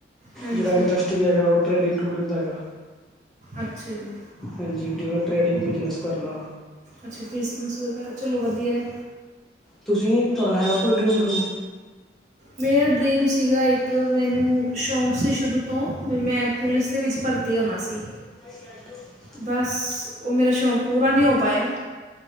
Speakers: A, on the right; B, in the centre.
A: ਹਾਂਜੀ
B: ਜਿਹੜਾ ਇੰਟਰਸਟ ਵੀ ਹੈਗਾ ਓ ਟਰੇਡਿੰਗ ਟਰੂਡਿੰਗ ਦਾ ਹੈਗਾ।
A: ਅੱਛਾ ਜੀ।
B: ਹਾਂਜੀ, ਜਿਵੇਂ ਟਰੇਡਿੰਗ ਬਿਜਨਸ ਕਰਨਾ।
A: ਅੱਛਾ, ਕ੍ਰਿਸਮਸ ਵਗੈਰਾ ਚਲੋ ਵਧੀਆ।
B: ਤੁਸੀਂ ਤੁਹਾਡਾ ਹੈ ਕੋਈ ਡਰੀਮ ਡਰੂਮ।
A: ਮੇਰਾ ਡਰੀਮ ਸੀਗਾ ਇੱਕ ਮੈਨੂੰ ਸ਼ੌਂਕ ਸੀ ਸ਼ੁਰੂ ਤੋਂ ਵੀ ਮੈਂ ਪੁਲਿਸ ਦੇ ਵਿੱਚ ਭਰਤੀ ਹੋਣਾ ਸੀ।
B: <inaudible>
A: ਬਸ ਓ ਮੇਰਾ ਸ਼ੌਕ ਪੂਰਾ ਨੀ ਹੋ ਪਾਇਆ।